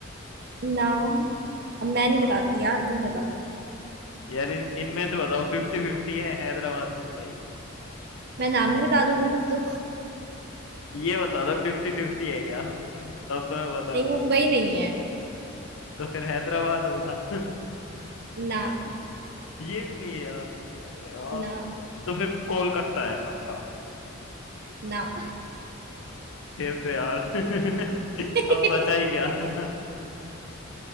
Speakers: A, on the right (about 50°); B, on the left (about 75°).
A: ना अब मैं नहीं बताती यार तुम बताओ
B: यार इन- इनमें से बताओ फिफ्टी फिफ्टी है हैदराबाद मुंबई
A: मैं नाम ही बता दूंगी फिर तो
B: ये बता दो फिफ्टी फिफ्टी है क्या <laughs> तब तो मैं बता
A: नहीं
B: दूंगा
A: मुंबई नहीं है
B: तो फिर हैदराबाद होगा <laughs>
A: ना
B: ये भी नहीं है यार अरे यार
A: ना
B: तो फिर कोलकाता है पक्का
A: ना
B: फिर तो यार <laughs>
A: <laughs>
B: अब बचा ही क्या <laughs>